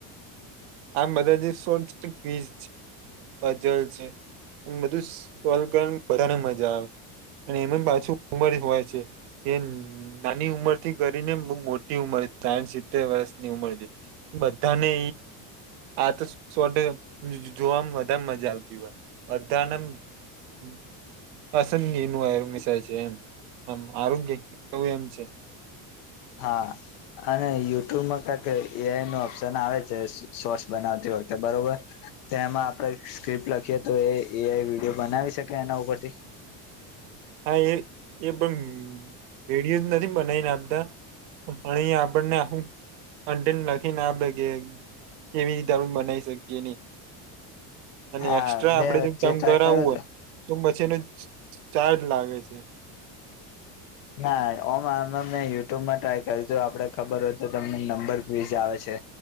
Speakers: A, on the right; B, on the left.
A: આમ બધા જે સો છે વજ છેજલ છે બધું સોલ્વ કરને વધધાને મજા આવે અને એમ પાછું ઉમર હોય છે એ નાની ઉંમર થી કરીને બ મોટી ઉંમર સાઠ સિત્તેર વર્ષની ઉંમર છે એ બધાને આ તો સોડ જોવામાં વધારે મજા આવતી હોય બધાને હમ પસંદગી નરું મસાય છે એમ આમ આરોગ્ય કેવું એમ છે
B: હા અને યુટ્યુબમાં કક એ ન ઓપ્શન આવે છે સોસ બનાવતી વખતે બરોબર તો એમાં આપણે સ્ક્રિપ્ટ લખીએ તો એ એ વિડીયો બનાવી શકે એના ઉપરથી
A: હા એ એ પણ રેડિયો જ નથી બનાવીને આપતા અહિ આપણને આું અંતેન લખી ના આપે કે કેવી રીતે આપણે બનાવી શકીએ નહી અને
B: હા
A: એક્સ્ટ્રા આપડે
B: બે વચ્ચે
A: જો કામ
B: ટ્રાય
A: કરાવવું
B: કર્યો હતો
A: હોય તો છેને ચાર્જ લાગે છે
B: ના ઓમ આમે મેં યુટુબમાં ટ્રાય કર્યું હતું આપડે ખબર હોય તો તમને નંબર ક્વીઝ આવે છે